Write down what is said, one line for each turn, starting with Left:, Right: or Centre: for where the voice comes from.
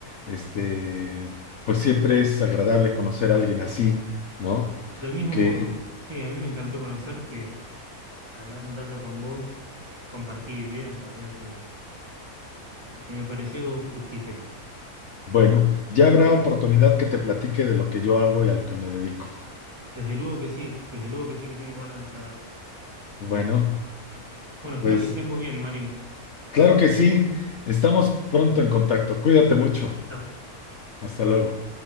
Left: este, pues siempre es agradable conocer a alguien así, ¿no?
Right: del mismo
Left: Que,
Right: modo. Sí, a mí me encantó conocerte, charlar un rato con vos, compartir ideas, la verdad que, que, que me pareció fructífero.
Left: bueno, ya habrá oportunidad que te platique de lo que yo hago y a lo que me dedico.
Right: Desde luego que sí, desde luego que sí que tengo ganas de saber.
Left: Bueno,
Right: Eh, bueno, espero
Left: pues...
Right: que estés muy bien, Mario.
Left: Claro que sí. Estamos pronto en contacto. Cuídate
Right: Dale,
Left: mucho.
Right: chao.
Left: Hasta luego.